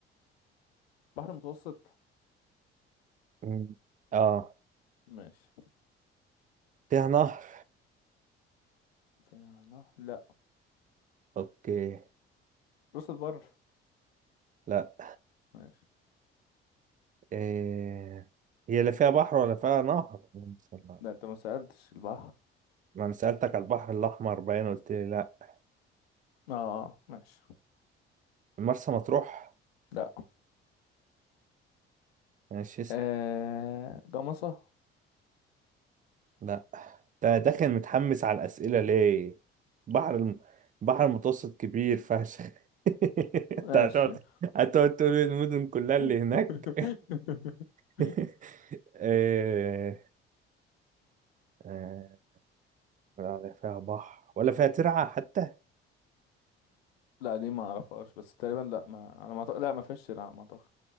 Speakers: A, on the left (about 80°); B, on the right (about 25°).
A: بحر متوسط
B: مم. اه
A: ماشي
B: فيها نهر
A: في نهر لا
B: اوكي
A: راس البر
B: لا
A: ماشي
B: إيه هي اللي فيها بحر ولا فيها نهر اللهم صل على-
A: لا انت ما سألتش البحر
B: ما انا سألتك على البحر الأحمر باين قلت لي لا
A: اه ماشي
B: مرسى مطروح
A: لا
B: ماشي
A: آه جمصة
B: لا ده انا داخل متحمس على الأسئلة ليه بحر الم... بحر المتوسط كبير فشخ <laughs>
A: <laughs>
B: انت
A: ماشي
B: هتقعد هتقعد تقول لي المدن كلها اللي
A: <laughs>
B: هناك <laughs> آه، آه، ولا فيها بحر ولا فيها ترعة حتى
A: لا دي ما اعرفهاش بس تقريبا لا ما انا ما أعتقد- لا ما فيش لا ما اعتقد